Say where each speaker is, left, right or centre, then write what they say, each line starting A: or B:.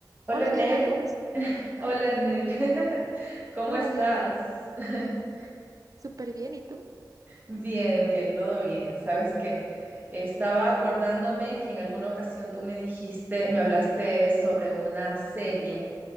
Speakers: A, on the right; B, on the right.
A: Hola
B: Hola
A: Nel,
B: Diana, ¿cómo es?
A: <laughs> hola
B: Ay,
A: Nel, <laughs> ¿cómo
B: hola
A: estás?
B: Diana,
A: <laughs>
B: súper bien, ¿y tú?
A: Bien, bien, todo bien. ¿Sabes qué? Estaba acordándome que en alguna ocasión tú me dijiste, me hablaste sobre una serie